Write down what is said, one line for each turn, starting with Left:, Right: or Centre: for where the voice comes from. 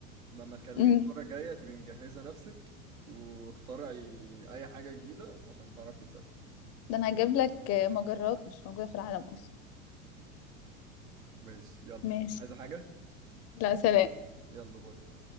Right: لما تكلميني
Left: مم.
Right: المرة الجاية تبقي مجهزة نفسك واخترعي أي حاجة جديدة عشان تعرفي تكسبي
Left: ده انا هجيب لك مجرات مش موجوده في العالم اصلا
Right: ماشي يلا
Left: ماشي
Right: عايزة حاجة؟
Left: لا سلام
Right: يلا باي